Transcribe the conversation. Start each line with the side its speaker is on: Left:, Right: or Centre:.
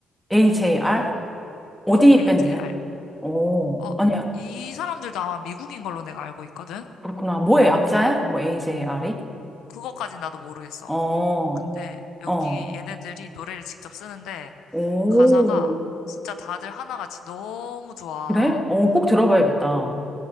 Centre: AJR? 어디
Left: 어, AJR.
Centre: 밴드야? 오,
Left: 어,
Centre: 아니야.
Left: 이 사람들도 아마 미국인 걸로 내가 알고 있거든?
Centre: 그렇구나. 뭐의 약자야? 뭐 AJR이?
Left: 그거까지 나도 모르겠어.
Centre: 어,
Left: 근데 여기
Centre: 어,
Left: 얘네들이 노래를 직접 쓰는데
Centre: 오,
Left: 가사가 진짜 다들 하나같이 너무 좋아.
Centre: 그래? 어, 꼭 들어봐야겠다.
Left: 어,
Centre: 어,